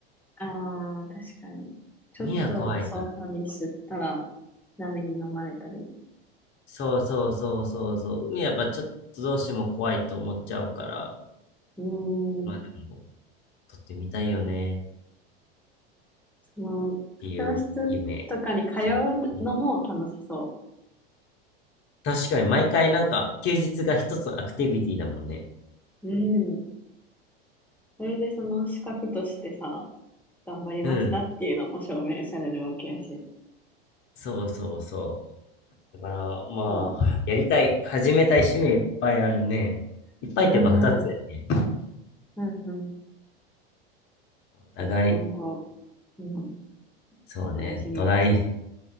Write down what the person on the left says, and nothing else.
海は怖いから。
そうそうそうそうそう。海はやっぱちょっとどうしても怖いと思っちゃうから、
まあでも、撮ってみたいよね。
っていう夢。
趣味うん
確かに毎回なんか休日が一つのアクティビティだもんね。
うん。そうそうそう。だからまあ、
やりたい、始めたい趣味いっぱいあるね。いっぱいっていうか二つだよね。
お互い、
そうね、
お互い、